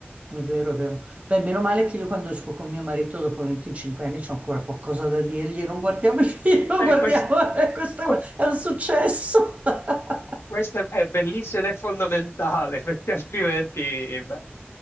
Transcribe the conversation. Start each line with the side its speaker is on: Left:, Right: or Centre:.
Right: è vero, è vero. Beh, meno male che io quando esco con mio marito dopo 25 anni c'ho ancora qualcosa da dirgli, non guardiamo i <laughs> film, non guardiamo,
Left: E questo,
Right: <laughs> questo
Left: que-
Right: è un successo. <laughs>
Left: questo è bellissimo ed è fondamentale, <laughs> perché altrimenti... beh,